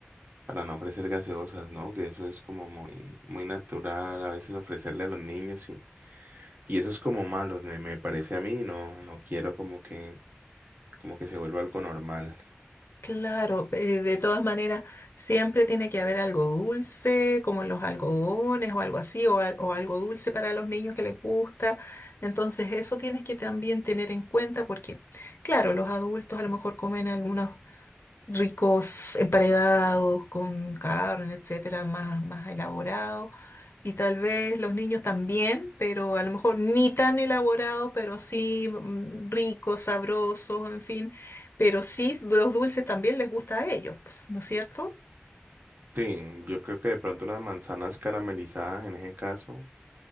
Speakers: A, on the right; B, on the left.
A: para no ofrecer gaseosas, ¿no? Que eso es como muy, muy natural a veces ofrecerle a los niños y, y eso es como malo, me, me parece a mí, no, no quiero como que como que se vuelva algo normal.
B: Claro, eh, de todas maneras, siempre tiene que haber algo dulce, como los algodones o algo así, o, al- o algo dulce para los niños que les gusta. Entonces, eso tienes que también tener en cuenta porque, claro, los adultos a lo mejor comen algunos ricos emparedados con carne, etcétera, más, más elaborado. Y tal vez los niños también, pero a lo mejor ni tan elaborado, pero sí mm, ricos, sabrosos, en fin. Pero sí, los dulces también les gusta a ellos, pues, ¿no es cierto?
A: Sí, yo creo que de pronto las manzanas caramelizadas en ese caso